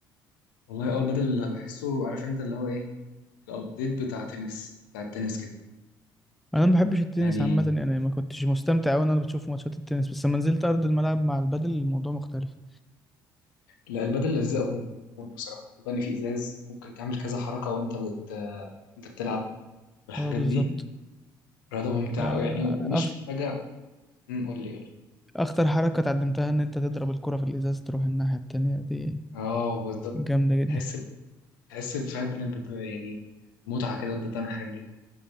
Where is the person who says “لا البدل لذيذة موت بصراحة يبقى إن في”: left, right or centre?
Left